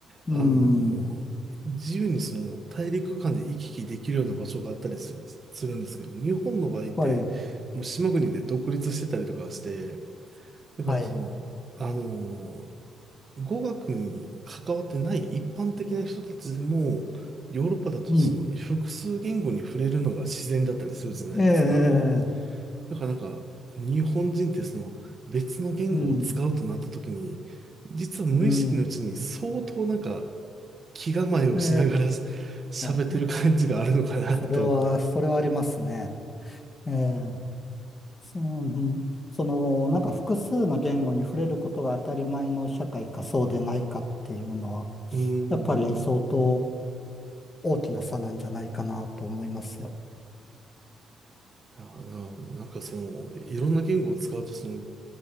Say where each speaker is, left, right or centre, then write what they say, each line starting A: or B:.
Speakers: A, on the left (about 30°); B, on the right (about 40°).
A: うん、
B: あの、自由にその大陸間で行き来できるような場所があったりす、するんですけど、日本の場合って、
A: はい、
B: もう島国で独立してたりとかして、だからその、
A: はい、
B: あの、語学に関わってない一般的な人たちでも、ヨーロッパだとその複数言語に触れるのが自然だったりするじゃないですか。
A: うん、ええ、ええ
B: だからなんか、日本人ってその別の言語を使うとなった時に、
A: うん、
B: 実は無意識のうちに相当なんか
A: うん、
B: 気構えをしながら
A: え
B: <laughs> し喋ってる感じがあるのかなと。
A: え、それは、それはありますね。ええ、その、その、なんか複数の言語に触れることが当たり前の社会かそうでないかっていうのは、
B: うーん。
A: やっぱり相当
B: うん
A: 大きな差なんじゃないかなと思いますよ。
B: だからな、なんかその、いろんな言語を使うと、その、